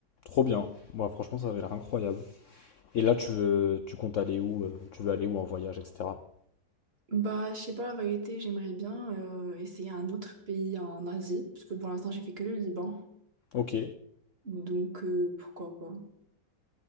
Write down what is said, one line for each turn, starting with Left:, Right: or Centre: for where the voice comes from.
Left: trop bien. Moi, franchement, ça avait l'air incroyable. Et là, tu veux, tu comptes aller où? euh, Tu veux aller où en voyage, etc.
Right: Bah, je sais pas, la vérité, j'aimerais bien euh, essayer un autre pays en Asie. Parce que pour l'instant, j'ai fait que le Liban.
Left: Ok.
Right: Donc, euh, pourquoi pas.